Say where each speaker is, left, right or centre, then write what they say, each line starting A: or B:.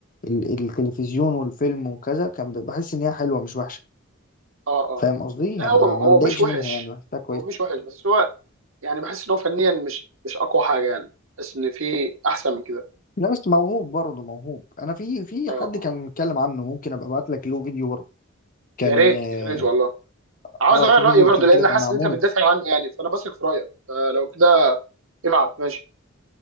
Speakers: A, on the left (about 40°); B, on the right (about 70°).
A: ال... التلفزيون والفيلم وكذا كان ب- بحس ان هي حلوة مش وحشة
B: <laughs> اه
A: فاهم
B: اه
A: قصدي
B: لا
A: يعني
B: هو
A: ما ما
B: هو
A: بتضايقش
B: مش وحش
A: منها يعني بحسها كويس
B: هو مش وحش بس هو يعني بحس ان هو فنيا مش مش اقوى حاجه يعني بحس ان في احسن من كده
A: لا بس موهوب برضه موهوب انا في في
B: اه
A: حد
B: اه
A: كان متكلم عنه ممكن ابقى ابعت لك له فيديو برضه كان
B: يا ريت
A: اه
B: يا ريت والله عاوز
A: آه،
B: اغير
A: في
B: رايي
A: فيديو
B: برضه
A: يوتيوب
B: لان
A: كده كان
B: حاسس
A: معمول
B: ان انت بتدافع عنه يعني فانا بثق في رايك فلو كده ابعت ماشي